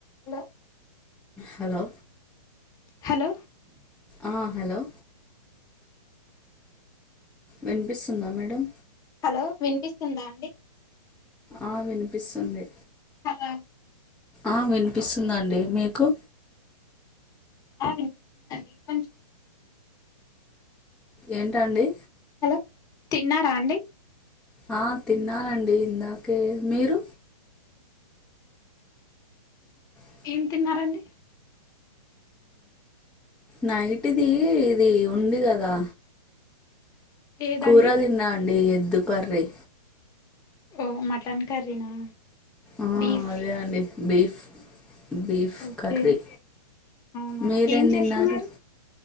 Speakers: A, on the left (about 20°); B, in the centre.
A: Hello
B: hello
A: hello
B: ఆ hello వినిపిస్తుందా madam
A: hello వినిపిస్తుందా అండి
B: ఆ వినిపిస్తుంది
A: హలో
B: ఆ వినిపిస్తుందండి మీకు
A: అ వినిపిస్తుందండి కొంచం
B: ఏంటండి
A: హలో తిన్నారా అండి
B: ఆ తిన్నానండి ఇందాకే మీరు అ
A: ఏం తిన్నారండి
B: నైట్ ది ఇది ఉంది కదా
A: ఏదండి
B: కూర తిన్నా అండి ఎద్దు కర్రీ
A: ఓ మటన్ కర్రీనా
B: ఆ
A: బీఫ్
B: అదే అండి బీఫ్ బీఫ్
A: ఓకే
B: కర్రీ
A: అవునా
B: మీరేం
A: ఏం చేస్తున్నారు
B: తిన్నారు